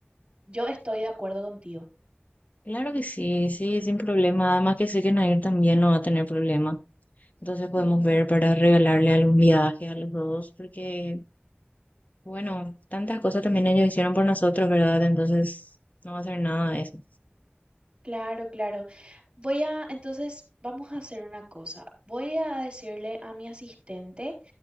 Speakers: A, on the right (about 25°); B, on the left (about 40°).
A: yo estoy de acuerdo contigo.
B: Claro que sí, sí, sin problema. Además que sé que Nair también no va a tener problema. Entonces podemos
A: Ujú,
B: ver para regalarle algún viaje a los dos, porque, bueno, tantas cosas también ellos hicieron por nosotros, ¿verdad? Entonces no va a ser nada de eso.
A: Claro, claro. Voy a, entonces, vamos a hacer una cosa. Voy a decirle a mi asistente.